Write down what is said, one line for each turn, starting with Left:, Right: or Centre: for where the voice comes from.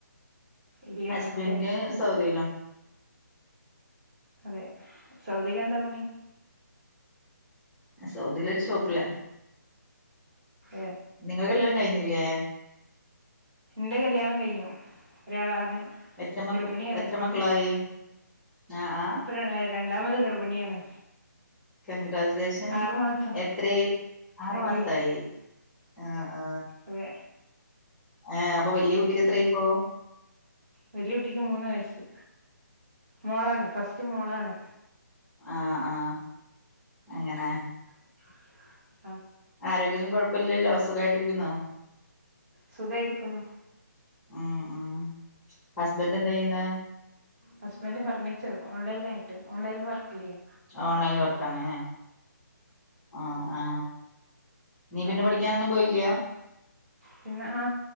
Right: ഇല്ല
Centre: ഹസ്ബൻഡ്
Right: അതെ
Centre: സൗദിയിലാ
Right: അതെ സൗദിയിലെന്താ പണി.
Centre: സൗദിയിലൊരു ഷോ പ്പില,
Right: ഏ
Centre: നിങ്ങളെ കല്യാണം കഴിഞ്ഞില്ലേ
Right: ന്റ കല്ല്യാണം കഴിഞ്ഞു. ഒരാളാണ്,
Centre: എത്ര മക്ക
Right: ഗർഭിണിയാണിപ്പം,
Centre: എത്ര മക്കളായി ആഹ് ആഹ്
Right: ഇപ്പ ര രണ്ടാമതുഗർഭിണിയാണ്.
Centre: കൺഗ്രാജുലേഷൻസ്
Right: ആറ് മാസം
Centre: എത്രയായി ആറു
Right: താങ്ക്
Centre: മാസായി
Right: യു
Centre: ആ ആ
Right: അതെ
Centre: ആ അപ്പൊ വലിയ കുട്ടിക്ക് എത്രായിപ്പോ
Right: വലിയ കുട്ടിക്ക് മൂന്ന് വയസ് മോളാണ് ഫസ്റ്റ് മോളാണ്
Centre: ആ ആ അങ്ങനെ
Right: <inaudible>
Centre: ആരോഗ്യമൊന്നും കൊഴപ്പില്ലല്ലോ സുഖായിട്ടിരിക്കുന്നോ
Right: സുഖായിരിക്കുന്നു
Centre: ഉം ഉ ഹസ്ബൻറ് എന്തായ്യുന്നെ
Right: ഹസ്ബന്റ് ഫർണിച്ചർ ഓൺലൈൻ നായിട്ട് ഓൺലൈനിൽ വർക്ക്യ്യ്
Centre: ഓൺലൈൻ വർക്കാണ് എ ആ ആ നീ പിന്നെ
Right: അങ്ങനെ
Centre: പഠിക്കാനൊന്നും പോയില്ല
Right: പിന്നെ ആ